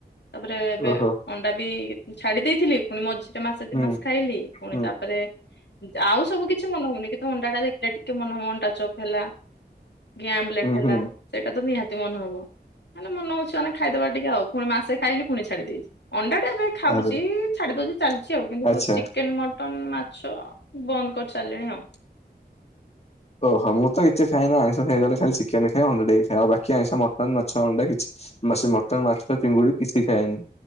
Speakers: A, on the left; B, on the left.
A: ତାପରେ ଏବେ
B: ଓହୋ
A: ଅଣ୍ଡା ବି ଉ ଛାଡି ଦେଇଥିଲି। ପୁଣି ମଝିରେ ମାସେ ଦି
B: ହୁଁ
A: ମାସେ ଖାଇଲି ପୁଣି
B: ହୁଁ
A: ତାପରେ ଆଉ ସବୁ କିଛି ମନେ ହଉନି କିନ୍ତୁ ଅଣ୍ଡାଟା ଦେଖିଲେ ଟିକେ ମନ ହୁ ଅଣ୍ଡା ଚପ୍ ହେଲା। କି ଆମଲେଟ୍
B: ହୁଁ
A: ହେଲା।
B: ହୁଁ
A: ସେଇଟା ତ ନିହାତି ମନ ହବ ମାନେ ମନ ହଉଛି ମାନେ ଖାଇଦବା ଟିକେ ଆଉ ପୁଣି ମାସେ ଖାଇଲି ପୁଣି ଛାଡି ଦେଇଛି। ଅଣ୍ଡା ଟା ଏବେ ଖାଉଛି
B: ଆରେ
A: ଛାଡି ଦଉଛି ଚାଲିଛି ଆଉ କିନ୍ତୁ
B: ଆଚ୍ଛା।
A: ଚିକେନ ମ ଟନ ମାଛ ବନ୍ଦ କରି ସାରିଲିଣି ଆଉ।
B: ଓହୋ ମୁଁ ତ କିଛି ଖାଏନା ଆଇଁଷ ଖାଏ କହିଲେ ଖାଲି ଚିକେନ ଖାଏ ଅଣ୍ଡା ଟିକେ ଖାଏ। ଆଉ ବାକି ଆଇଁଷ ମଟନ୍ ମାଛ ଅଣ୍ଡା କିଛି ମା ସେ ମଟନ୍ ମାଛ ଚିଙ୍ଗୁଡି କିଛି ଖାଏନି।